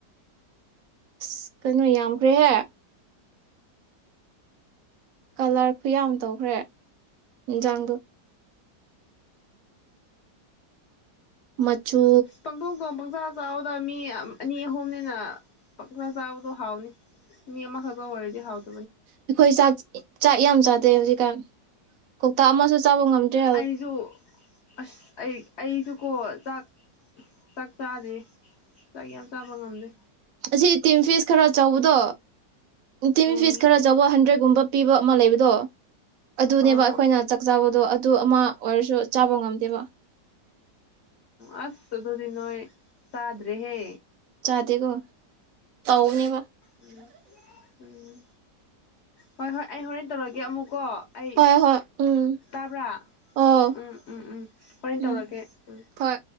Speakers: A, on the right; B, on the left.
A: ꯑꯁ ꯀꯩꯅꯣ ꯌꯥꯝꯈ꯭ꯔꯦꯍꯦ ꯀꯂꯔ ꯈꯨꯌꯥꯝ ꯇꯧꯈ꯭ꯔꯦ ꯌꯦꯟꯖꯥꯡꯗꯣ ꯃꯆꯨ꯫
B: ꯄꯪꯗꯣꯡ ꯊꯣꯡ ꯄꯪꯆꯥ ꯆꯥꯑꯣꯗ ꯃꯤ ꯑꯅꯤ ꯑꯍꯨꯝꯅꯤꯅ ꯄꯪꯆꯥ ꯆꯥꯕꯗꯣ ꯍꯥꯎꯅꯤ ꯃꯤ ꯑꯃꯈꯛꯇ ꯑꯣꯏꯔꯗꯤ ꯍꯥꯎꯗꯦ꯫
A: ꯑꯩꯈꯣꯏ ꯆꯥꯛ ꯆꯥꯛ ꯌꯥꯝ ꯆꯥꯗꯦ ꯍꯧꯖꯤꯛ꯫ ꯀꯣꯛꯇꯥ ꯑꯃꯁꯨ ꯆꯥꯕ ꯉꯝꯗ꯭ꯔꯦ
B: ꯑꯩꯁꯨ ꯑꯁ ꯑꯩ ꯑꯩꯁꯨ꯫ ꯀꯣ ꯆꯥꯛ ꯆꯥꯛ ꯆꯥꯗꯦ ꯆꯥꯛ ꯌꯥꯝ ꯆꯥꯕ ꯉꯝꯗꯦ꯫
A: ꯑꯁꯤ ꯇꯤꯝ ꯐꯤꯁ ꯈꯔ ꯆꯧꯕꯗꯣ꯫ ꯇꯥꯝ
B: ꯎꯝ
A: ꯐꯤꯁ ꯈꯔ ꯆꯥꯎꯕ ꯍꯟꯗ꯭ꯔꯦꯠꯒꯨꯝꯕ꯫ ꯄꯤꯕ ꯑꯃ ꯂꯩꯕꯗꯣ꯫ ꯑꯗꯨꯅꯦꯕ
B: ꯑꯥ
A: ꯑꯩꯈꯣꯏꯅ ꯆꯥꯛ ꯆꯥꯕ꯫ ꯑꯗꯨ ꯑꯃ ꯑꯣꯏꯔꯁꯨ ꯆꯥꯕ ꯉꯝꯗꯦꯕ꯫
B: ꯑ ꯑꯁ ꯑꯗꯨꯗꯤ ꯅꯣꯏ ꯆꯥꯗ꯭ꯔꯦ ꯍꯦ꯫
A: <unintelligible> ꯇꯧꯅꯦꯕ꯫
B: ꯎꯝ ꯎꯝ ꯍꯣꯏ ꯍꯣꯏ ꯑꯩ ꯍꯣꯔꯦꯟ ꯇꯧꯔꯒꯦ ꯑꯃꯨꯛꯀꯣ꯫ ꯑꯩ
A: ꯍꯣꯏ ꯍꯣꯏ ꯎꯝ
B: ꯇꯥꯕ꯭ꯔꯥ
A: ꯑꯣ
B: ꯎꯝ ꯎꯝ ꯎꯝ ꯍꯣꯔꯦꯟ
A: ꯎꯝ
B: ꯇꯧꯔꯛꯒꯦ ꯎꯝ꯫
A: ꯍꯣꯏ